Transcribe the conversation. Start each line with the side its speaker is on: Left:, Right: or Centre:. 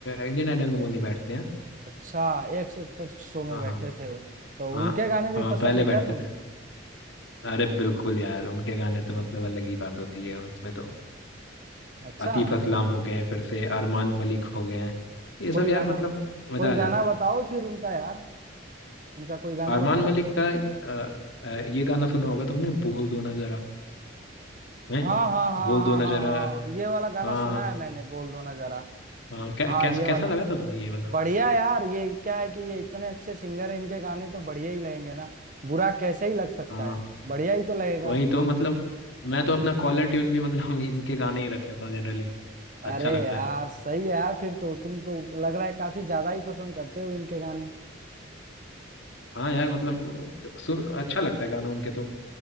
Left: इंडियन आइडल में वो नहीं बैठते हैं
Right: अच्छा एक सेक्टर शो में
Left: हाँ
Right: बैठते
Left: हाँ
Right: थे वो तो
Left: हाँ
Right: उनके गाने भी
Left: हाँ
Right: पसंद
Left: पहले
Right: है
Left: बैठते
Right: क्या तुम्हें
Left: थे अरे बिल्कुल यार उनके गाने तो मतलब अलग ही बात होती है उसमें तो
Right: अच्छा
Left: आतिफ असलाम हो गए फिर से अरमान मलिक हो गए हैं, ये
Right: कोई
Left: सब यार
Right: गाना
Left: मतलब मजा
Right: कोई
Left: आ जाता
Right: गाना
Left: है
Right: बताओ फिर उनका यार उनका कोई गाना
Left: अरमान
Right: बताओ
Left: मलिक का अ, अ, ये गाना सुना होगा तुमने बोल दो ना जरा हैं
Right: हाँ हाँ हाँ
Left: बोल
Right: हाँ
Left: दो ना
Right: हाँ
Left: जरा
Right: हाँ ये वाला गाना
Left: हाँ
Right: सुना है मैंने बोल दो ना जरा
Left: हाँ कै,
Right: हाँ
Left: कैस,
Right: ये वाला
Left: कैसा लगा था तुम्हें ये वाला
Right: बढ़िया यार ये क्या है कि ये इतने अच्छे सिंगर हैं इनके गाने तो बढ़िया ही लगेंगे ना बुरा कैसे ही लग सकता
Left: हाँ
Right: है बढ़िया ही तो लगेगा
Left: वही तो मतलब मैं तो अपना कॉलर ट्यून भी मतलब <laughs> इनके गाने ही रख लेता हूँ जनरली
Right: अरे
Left: अच्छा लगता
Right: यार
Left: है
Right: सही है यार फिर तो तुम तो लग रहा है काफी ज्यादा ही पसंद करते हो इनके गाने
Left: हाँ यार मतलब सु, अच्छा लगता है गाना उनके तो